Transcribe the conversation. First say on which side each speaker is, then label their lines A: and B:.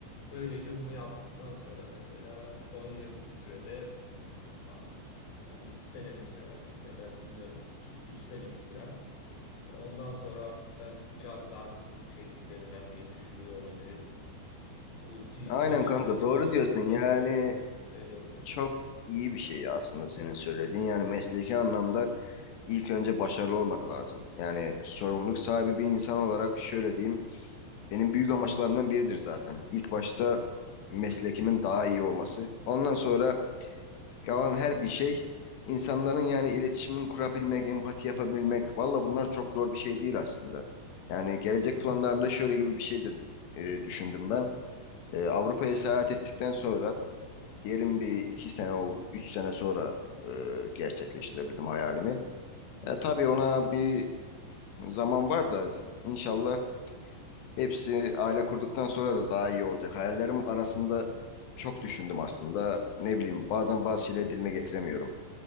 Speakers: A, on the left; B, on the left.
A: Böylece bunu yaptıktan sonra mesela 10 yakın sürede artık hani 2 sene mi sürer ya da bilmiyorum iki üç sene mi sürer. E, Ondan sonra artık ben biraz daha hızlı bir şekilde evlenmeyi düşünüyor olabilirim. Bu ciddi
B: Aynen
A: bir
B: kanka
A: ilişki
B: doğru
A: başladıktan
B: diyorsun. Yani
A: sonra artık böyle oluyor.
B: çok iyi bir şey aslında senin söylediğin. Yani mesleki anlamda ilk önce başarılı olmak lazım. Yani sorumluluk sahibi bir insan olarak şöyle diyeyim, benim büyük amaçlarımdan biridir zaten. İlk başta meslekimin daha iyi olması. Ondan sonra kalan her bir şey insanların yani iletişimin kurabilmek, empati yapabilmek. Valla bunlar çok zor bir şey değil aslında. Yani gelecek planlarımda şöyle gibi bir şey de e, düşündüm ben. E, Avrupa'ya seyahat ettikten sonra diyelim bir iki sene, o- üç sene sonra e, gerçekleştirebildim hayalimi. E, tabii ona bir Zaman var da inşallah hepsi aile kurduktan sonra da daha iyi olacak. Hayallerim arasında çok düşündüm aslında. Ne bileyim bazen bazı şeyleri dilime getiremiyorum.